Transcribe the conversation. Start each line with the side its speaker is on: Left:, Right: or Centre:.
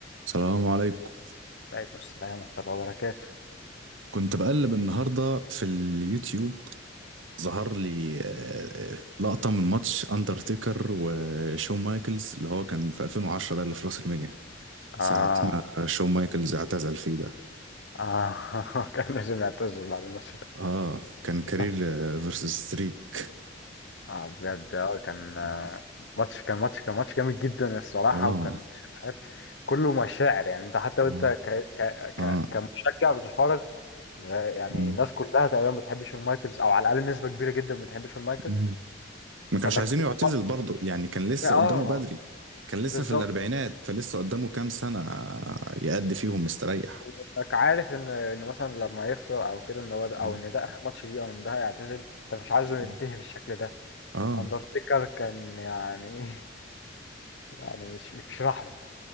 Right: السلام عليكم
Left: عليكم السلام ورحمة الله وبركاته
Right: كنت بقلب النهاردة في اليوتيوب ظهر لي آه، آه، لقطة من ماتش أندرتيكر وشون مايكلز اللي هو كان في 2010 ده اللي في راس المينيا ساعة
Left: آه
Right: ما شون مايكلز اعتزل فيه ده
Left: آه <laughs> كان لازم يعتذر بعد الماتش ده
Right: اه كان كارير
Left: <laughs>
Right: فيرسز ستريك
Left: آه بجد آه كان آه،
Right: اه
Left: ماتش كان ماتش كان ماتش جامد جدا الصراحة
Right: اه
Left: وكان ماتش عارف كله مشاعر يعني أنت حتى وأنت
Right: اه
Left: ك... ك...
Right: اه
Left: ك... كمشجع بتتفرج زي- يعني
Right: مم.
Left: الناس كلها تقريبا بتحب شون مايكلز أو على الأقل نسبة كبيرة جدا بتحب شون مايكلز
Right: مم. ما كانش
Left: فإنك
Right: عايزينه
Left: تتفرج-
Right: يعتزل برضه يعني كان لسه
Left: آه
Right: قدامه بدري كان لسه
Left: بالظبط
Right: في الأربعينات فلسه قدامه كام سنة يأدي فيهم مستريح
Left: وانك عارف ان ان مثلا لما يخسر او كده ان هو ده
Right: مم.
Left: او ان ده اخر ماتش ليه او ان ده هيعتزل انت مش عايزه
Right: مم.
Left: ينتهي بالشكل ده
Right: اه
Left: اندرتيكر كان يعني <laughs> يعني مش مش رحمه